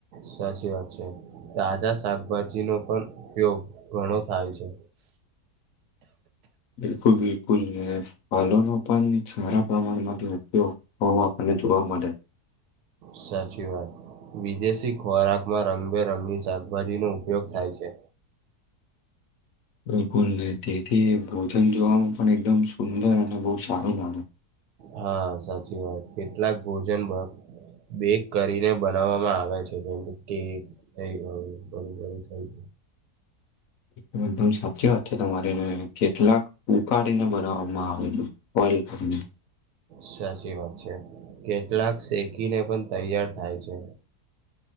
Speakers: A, on the right; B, on the left.
A: સાચી વાત છે, તાજા શાકભાજી, નો પણ ઉપયોગ ઘણો થાય છે.
B: બિલકુલ, બિલકુલ ફલો નો પાન સારા પ્રમાણમાંથી ઉપયોગ હોય. જોવા, મળે.
A: સાચી, વાત વિદેશી, ખોરાકમાં રંગબેરંગી શાકભાજીનો ઉપયોગ થાય છે.
B: બિલકુલ નહી, તેથી ભોજન જોવામાં પણ એકદમ સુંદર અને બહુ સારું લાગે
A: હા, સાચી વાત કેટલાક ભોજન બાદ બેક, કરીને બનાવવામાં આવે છે, જેમ કે કેક થઈ ગઈ હોય.
B: <unintelligible> <inaudible> એકદમ, એકદમ સાચી સાચ વાત છે, તમારી કેટલાક ઉકાળીને બનાવવામાં આવે છે, ઓલ કરીને
A: સાચી વાત છે, કેટલાક શેકીને પણ તૈયાર થાય છે.